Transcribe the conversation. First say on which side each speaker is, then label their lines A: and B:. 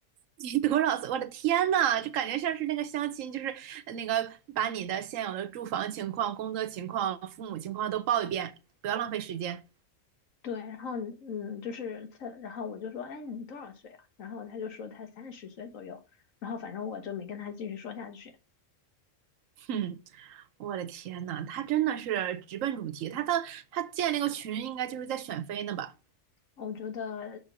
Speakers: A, on the right (about 80°); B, on the left (about 80°).
A: 你多少岁？我的天呐，就感觉像是那个相亲，就是那个把你的现有的住房情况、工作情况、父母情况都报一遍，不要浪费时间。
B: 对，然后嗯，就是他，然后我就说，哎，你多少岁啊？然后他就说他三十岁左右，然后反正我就没跟他继续说下去。
A: 哼，我的天呐，他真的是直奔主题。他的他建那个群，应该就是在选妃呢吧？
B: 我觉得